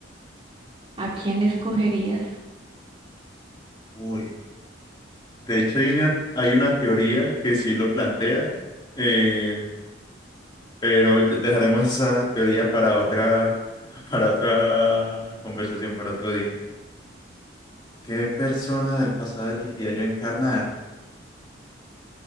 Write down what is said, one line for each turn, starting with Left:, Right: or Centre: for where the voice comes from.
Right: ¿A quién escogerías
Left: Uy. De hecho, hay una, hay una teoría que sí lo plantea, eh, Pero dejaremos esa teoría para otra, <laughs> para otra conversación, para otro día. ¿Qué persona del pasado elegiría yo encarnar?